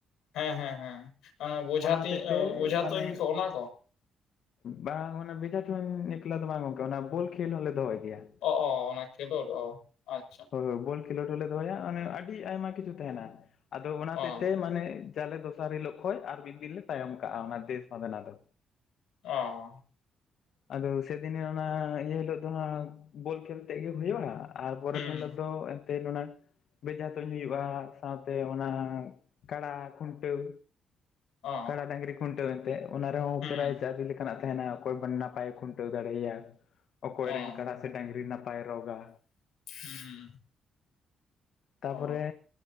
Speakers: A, on the left (about 85°); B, on the left (about 65°).
A: ᱦᱮᱸ ᱦᱮᱸ ᱦᱮᱸ ᱚᱱᱟ ᱵᱳᱡᱷᱟ ᱛᱩᱧ
B: ᱦᱚᱛᱮᱡ ᱛᱮ
A: ᱵᱳᱚᱡᱷᱟ
B: ᱢᱟᱱᱮ
A: ᱛᱩᱧ ᱠᱚ ᱚᱱᱟ ᱠᱚ᱾
B: ᱵᱟᱝ ᱚᱱᱟ ᱵᱷᱮᱡᱟ ᱛᱩᱧ ᱮᱠᱞᱟ ᱫᱚ ᱵᱟᱝ ᱜᱚᱝᱠᱮ ᱚᱱᱟ ᱵᱚᱞ ᱠᱷᱮᱞ ᱦᱚᱞᱮ ᱫᱚᱦᱚᱭ ᱜᱮᱭᱟ᱾
A: ᱚᱜ-ᱚ ᱚᱱᱟ ᱠᱷᱮᱞᱳᱰ ᱚ ᱟᱪᱪᱷᱟ᱾
B: ᱦᱳᱭ ᱦᱳᱭ ᱵᱚᱞ ᱠᱷᱮᱞᱳᱰ ᱦᱚᱞᱮ ᱫᱚᱦᱚᱭᱟ ᱚᱱᱮ ᱟᱹᱰᱤ ᱟᱭᱢᱟ ᱠᱤᱪᱷᱩ ᱛᱟᱦᱮᱱᱟ ᱟᱫᱚ ᱚᱱᱟ
A: ᱚ
B: ᱦᱚᱛᱮᱡ ᱛᱮ ᱢᱟᱱᱮ ᱪᱟᱞᱮ ᱫᱚᱥᱟᱨ ᱦᱤᱞᱳᱜ ᱠᱷᱚᱡ ᱟᱨ ᱢᱤᱫ ᱫᱤᱱ ᱞᱮ ᱛᱟᱭᱚᱢ ᱠᱟᱜᱼᱟ ᱚᱱᱟ ᱫᱮᱥ ᱵᱟᱸᱫᱷᱟᱱᱟ ᱫᱚ᱾
A: ᱚᱸ,
B: ᱟᱫᱚ ᱥᱮᱫᱤᱱᱮ ᱚᱱᱟ ᱤᱭᱟᱹ ᱦᱤᱞᱳᱜ ᱫᱚ ᱦᱟᱸᱜ ᱵᱚᱞ ᱠᱷᱮᱹᱞ ᱛᱮᱜ ᱜᱮ ᱦᱩᱭᱩᱜ-ᱟ᱾ ᱟᱨ ᱯᱚᱨᱮᱨ
A: ᱦᱩᱸ
B: ᱫᱤᱱ ᱦᱤᱞᱚᱜ ᱫᱚ᱾ ᱛᱮ ᱚᱱᱟ ᱵᱮᱡᱟ ᱛᱩᱧ ᱦᱩᱭᱩᱜ-ᱟ ᱥᱟᱶᱛᱮ ᱚᱱᱟ ᱠᱟᱲᱟ ᱠᱷᱩᱱᱴᱟᱹᱣ᱾
A: ᱚ
B: ᱠᱟᱰᱟ ᱰᱟᱹᱝᱨᱤ ᱠᱷᱩᱱᱴᱟᱹᱣ ᱮᱱᱛᱮ ᱚᱱᱟ ᱨᱮᱦᱚᱸ
A: ᱦᱩᱸ
B: ᱯᱨᱟᱭᱤᱡ ᱟᱰᱤ ᱞᱮᱠᱟᱱᱟᱜ ᱛᱟᱦᱮᱱᱟ ᱚᱠᱚᱭ ᱵᱟᱱ ᱱᱟᱯᱟᱭᱮ ᱠᱷᱩᱱᱴᱟᱹᱣ ᱫᱟᱲᱮᱼᱟᱭᱟ ᱾ ᱚᱠᱚᱭᱨᱮᱱ
A: ᱚ
B: ᱠᱟᱰᱟ ᱥᱮ ᱰᱟᱝᱨᱤ ᱱᱟᱯᱟᱭ ᱨᱚᱜᱟ᱾
A: ᱦᱩᱸ
B: ᱛᱟᱯᱚᱨᱮ,
A: ᱚ